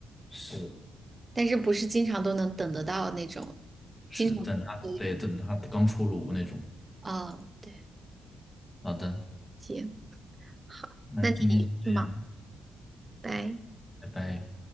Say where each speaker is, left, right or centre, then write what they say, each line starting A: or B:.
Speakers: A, on the left (about 15°); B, on the right (about 20°).
A: 是，
B: 但是不是经常都能等得到那种，
A: 是，
B: 经常对有。
A: 等它，对，等它刚出炉那种。
B: 哦，对，
A: 好的，
B: 行，好，
A: 那今天先这样，
B: 那你忙。拜。
A: 拜拜。